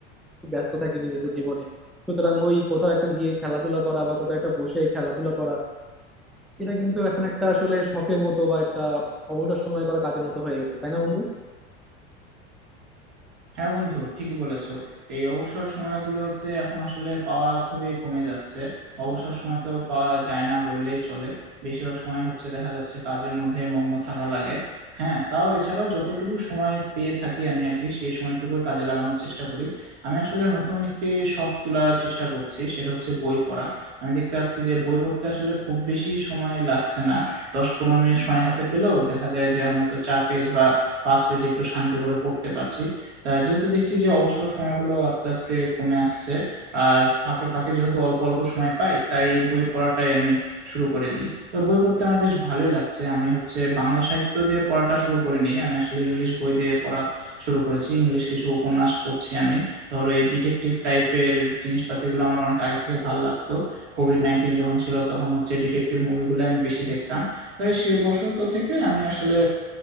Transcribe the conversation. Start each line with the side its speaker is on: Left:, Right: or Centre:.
Centre: ব্যস্ত থাকি নিজেদের জীবনে সুতরাং ওই কোথাও একটা গিয়ে খেলাধুলা করা বা কোথাও একটা বসে খেলাধুলা করা এটা কিন্তু এখন একটা আসলে শখের মতো বা একটা অবসর সময় করা কাজের মতো হয়ে গেছে তাই না বন্ধু
Right: হ্যাঁ বন্ধু ঠিকই বলেছো এই অবসর সময়গুলোতে এখন আসলে পাওয়া খুবই কমে যাচ্ছে অবসর সময় তো পাওয়া যায় না বললেই চলে বেশিরভাগ সময় হচ্ছে দেখা যাচ্ছে কাজের মধ্যে মগ্ন থাকা লাগে হ্যাঁ তাও এছাড়াও যতটুকু সময় পেয়ে থাকি আমি আর কি সেই সময়টুকু কাজে লাগানোর চেষ্টা করি আমি আসলে নতুন একটি শখ তোলার চেষ্টা করছি সেটা হচ্ছে বই পড়া আমি দেখতে পাচ্ছি যে বই পড়তে আসলে খুব বেশি সময় লাগছে না দশ পনেরো মিনিট সময় হাতে পেলেও দেখা যায় যে আমি হয়তো চার পেজ বা পাঁচ পেজ একটু শান্তি করে পড়তে পারছি তাই যেহেতু দেখছি যে অবসর সময়গুলো আস্তে আস্তে কমে আসছে আর ফাঁকে ফাঁকে যেহেতু অল্প অল্প সময় পাই তাই এই বই পড়াটাই আমি শুরু করে দিই তো বই পড়তে আমার বেশ ভালোই লাগছে আমি হচ্ছে বাংলা সাহিত্য দিয়ে পড়াটা শুরু করিনি আমি আসলে ইংলিশ বই দিয়ে পড়া শুরু করেছি ইংলিশ কিছু উপন্যাস পড়ছি আমি ধরো এই ডিটেকটিভ টাইপের জিনিসপাতিগুলো আমার অনেক আগে থেকে ভালো লাগতো কোভিড নাইন্টিন যখন ছিল তখন হচ্ছে ডিটেকটিভ মুভিগুলো আমি বেশি দেখতাম তাই সেই বশত থেকে আমি আসলে